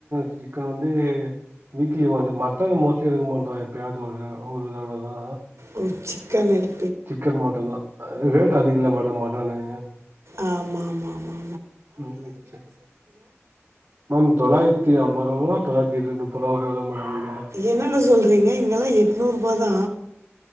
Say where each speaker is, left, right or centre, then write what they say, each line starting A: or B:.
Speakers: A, on the right; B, on the right.
A: சிக்கன் வந்து வீக்லி ஒன்ஸ் மட்டன் மோஸ்ட்லி எடுக்க மாட்டோ எப்பயாவது ஒரு த ஒரு தடவதா
B: ஓ சிக்கன் இரு
A: சிக்கன், மட்டன்தா ரேட் அதிக இல்ல மேடம் மட்டனு
B: ஆமாமா ஆமா.
A: மேம் ஓகே மேம் தொள்ளாயிர த்தி அம்பது ரூவாவோ தொள்ளாயிரத்தி இருபது முப்பது ரூபாவோ எவ்ளோ மேடம் இங்க
B: என்னங்க சொல்றீங்க இங்கல்லா எட்நூறு ரூபா தா